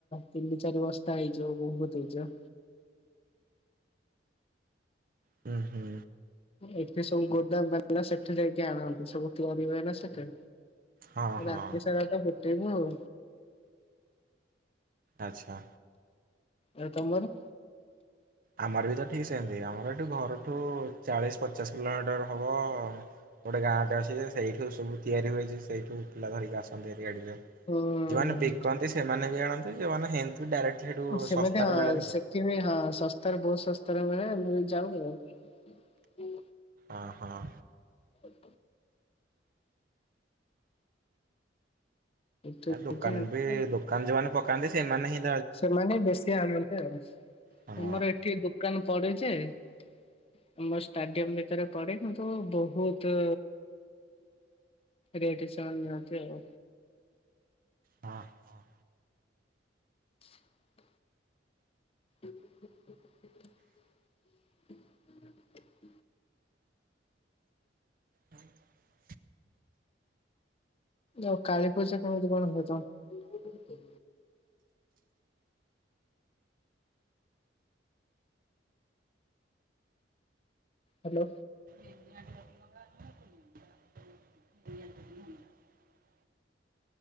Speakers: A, on the left; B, on the right.
A: ତିନି ଚାରି ବସ୍ତା ହେଇଯିବ ବହୁତ ହେଇଯିବ।
B: ହୁଁ ହୁଁ।
A: ଏଠି ସବୁ ଗୋଦାମ ବା ସେଠି ଯାଇକି ଆଣନ୍ତି ସବୁ ତିଆରି ହୁଏନା ସେଠି।
B: ହଁ ହଁ
A: ରାତିି ସାରା ତ ଫ ଫଟେବ ଆଉ।
B: ଆଚ୍ଛା।
A: ଏ ତମର
B: ଆମର ବି ତ ଠିକ୍ ସେମତି। ଆମର ଏଇଠି ଘରଠୁ ଚାଳିଶ ପଚାଶ କିଲୋମିଟର ହବ ଗୋଟେ ଗାଁଟେ ଅଛି ଯେ ସେଇଠୁ ସବୁ ତିଆରି ହୋଇଚି ସେଇଠୁ ପିଲା ଧରିକି ଆସନ୍ତି। ଗାଡିରେ
A: ହୁଁ
B: ଯୋଉମାନେ ବିକନ୍ତି ସେମାନେ କିଣନ୍ତି, ଯେଉଁମାନେ ହେମତି ଡାଇରେକ୍ଟ ସେଇଠୁ
A: ସେ
B: ଶସ୍ତାରେ
A: ମଧ୍ୟ ହଁ
B: ମିଳେ ନା।
A: ସେଥିାପାଇଁ ହଁ ଶସ୍ତାରେ ବହୁତ ଶସ୍ତାରେ ମିଳେ ମୁଁ ଯାଉନି ଆଉ ତ
B: ହଁ ହଁ।
A: ହ ଏଠୁ
B: ଏ ଦୋକାନ
A: ଯାଇକି ଆଣୁ
B: ବି ଦୋକାନ ଯୋଉମାନେ ପ <unintelligible> କାେ ସେମାନେହିଁ
A: ସେମାନେ ବେଶୀ ଆଣନ୍ତି ଆଉ
B: ହଁ
A: ଆମର ଏଠି ଦୋକାନ ପଡ଼େ। <unintelligible> ଆମ ଷ୍ଟାଡିୟମ୍ ଭିତରେ ପଡି କିନ୍ତୁ ବହୁତ ରେଟ୍ ସେମାନେ ନିଅନ୍ତି ଆଉ
B: ହଁ ହଁ।
A: ହଁ <inaudible>
B: କାହାକୁ
A: ଆଉ କାଳୀ ପୂଜା କେମିତି କଣ ହୁଏ ତ? ହୁଁ ହାଲୋ।
B: ତିନି ଆଣ୍ଟି ରସନଙ୍ଗା ନୁହେଁ କି <inaudible> ନେଇଆନ୍ତା କି ନହେନେ।